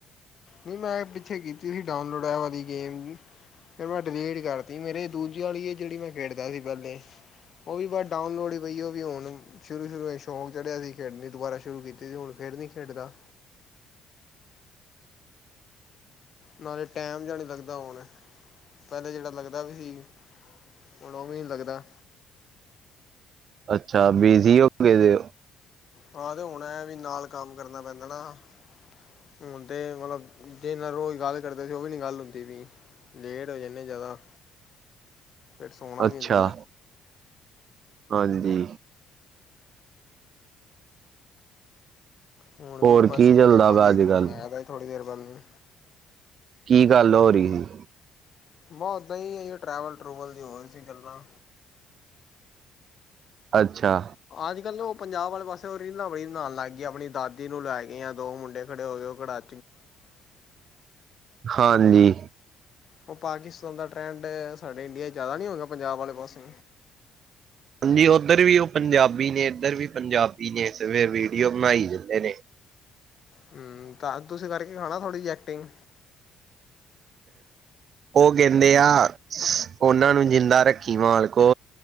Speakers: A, on the left; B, on the right.
A: ਨਈ ਮੈਂ ਪਿੱਛੇ ਕੀਤੀ ਸੀ ਡਾਊਨਲੋਡ ਐ ਵਾਲੀ ਗੇਮ ਵੀ। ਫਿਰ ਮੈਂ ਡਿਲੀਟ ਕਰਤੀ ਮੇਰੇ ਦੂਜੇ ਆਲੀ ਐ ਜੇੜੀ ਮੈਂ ਖੇਡਦਾ ਸੀ ਪੈਲੇ। ਓ ਵੀ ਬਸ ਡਾਊਨਲੋਡ ਈ ਪਈਐ ਓ ਵੀ ਹੁਨ ਸ਼ੁਰੂ-ਸ਼ੁਰੂ ਚ ਸ਼ੌਂਕ ਚੜਿਆ ਸੀ ਖੇਡਨੀ ਦੁਬਾਰਾ ਸ਼ੁਰੂ ਕੀਤੀ ਸੀ ਹੁਨ ਫੇਰ ਨੀ ਖੇਡਦਾ। ਨਾਲੇ ਟੈਮ ਜਾ ਨੀ ਲੱਗਦਾ ਹੁਨ, ਪੈਲੇ ਜੇੜਾ ਲੱਗਦਾ ਵੀ ਸੀ। ਹੁਨ ਓ ਵੀ ਨੀ ਲੱਗਦਾ।
B: ਅੱਛਾ ਬਿਜੀ ਹੋ ਗਏ ਦੇ।
A: ਆਹ ਤੇ ਹੋਨਾ ਵੀ ਨਾਲ ਕੰਮ ਕਰਨਾ ਪੈਂਦਾ ਨਾ। ਹੁਨ ਤੇ ਮਤਲਬ ਜੀਦੇ ਨਾਲ ਰੋਜ਼ ਗੱਲ ਕਰਦੇ ਸੀ ਓ ਵੀ ਨੀ ਗੱਲ ਹੁੰਦੀ ਪਈ ਵੀ। ਲੇਟ ਹੋ ਜਾਂਦੇ ਜਿਆਦਾ, ਫਿਰ ਸੋਹਣਾ ਵੀ
B: ਅੱਛਾ
A: ਹੁੰਦਾ।
B: ਹਾਂਜੀ।
A: ਹੁਣ
B: ਹੋਰ
A: ਵੀ ਬਸ
B: ਕੀ ਚੱਲਦਾ
A: ਭਰਾਵਾਂ
B: ਪਿਆ
A: ਦੀ
B: ਅੱਜ
A: ਫੋਨ
B: ਕੱਲ
A: ਆਇਆ ਤ ਥੋੜ੍ਹੀ ਦੇਰ ਬਾਅਦ।
B: ਕੀ ਗੱਲ ਹੋ ਰਹੀ ਹੈ।
A: ਬੈਂ ਉੱਦਾਂ ਹੀ ਹੈ ਟਰੈਵਲ, ਟਰੂਵਲ ਦੀ ਹੋਰਹੀ ਸੀ ਗੱਲਾਂ।
B: ਅੱਛਾ।
A: ਅੱਜ ਕੱਲ੍ਹ ਉਹ ਪੰਜਾਬ ਵਾਲੇ ਪਾਸੇ ਉਹ ਰੀਲਾਂ ਬੜੀਆ ਬਨਾਣ ਲੱਗ ਗਈ, ਆਪਣੀ ਦਾਦੀ ਨੂੰ ਲੈ ਕੇ ਆ ਦੋ ਮੁੰਡੇ ਖੜੇ ਹੋਏ, ਉਹ ਖੜਾ
B: ਹਾਂਜੀ।
A: ਉਹ ਪਾਕਿਸਤਾਨ ਦਾ ਟਰੈਂਡ ਸਾਡੇ ਇੰਡੀਆ 'ਚ ਜ਼ਿਆਦਾ ਨਹੀਂ ਹੋ ਗਿਆ, ਪੰਜਾਬ ਵਾਲੇ ਪਾਸੇ।
B: ਹਾਂਜੀ ਉੱਧਰ ਵੀ ਉਹ ਪੰਜਾਬੀ ਨੇ, ਇੱਧਰ ਵੀ ਪੰਜਾਬੀ ਨੇ, ਵੀਡੀਓ ਬਣਾਈ ਜਾਂਦੇ ਨੇ।
A: ਹਮ ਤਾਂ, ਤੁਸੀਂ ਕਰਕੇ ਖਾਣਾ ਥੋੜ੍ਹੀ ਜਿ ਐਕਟਿੰਗ।
B: ਉਹ ਕਹਿੰਦੇ ਆ, ਉਹਨਾਂ ਨੂੰ ਜਿੰਦਾ ਰੱਖੀ ਮਾਲਕੋ।